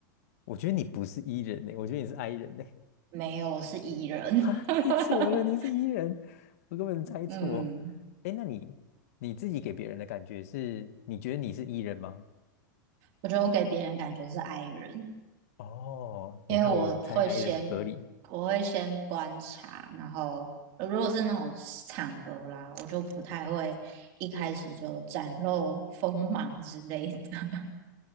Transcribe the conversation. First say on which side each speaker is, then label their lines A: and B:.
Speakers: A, on the left; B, on the right.
A: 我觉得你不是 E 人呢，我觉得你是 I 人呢。
B: 没有，是 E 人。
A: 哈，
B: <laughs>
A: 太扯了！你是 E 人，我根本猜错。
B: 嗯，
A: 哎，那你你自己给别人的感觉是，你觉得你是 E 人吗？
B: 我觉得我给别人感觉是 I 人，
A: 哦，
B: 因为我会先
A: 你看我猜 I 人合理。
B: 我会先观察，然后呃如果是那种场合啦，我就不太会一开始就展露锋芒之类的。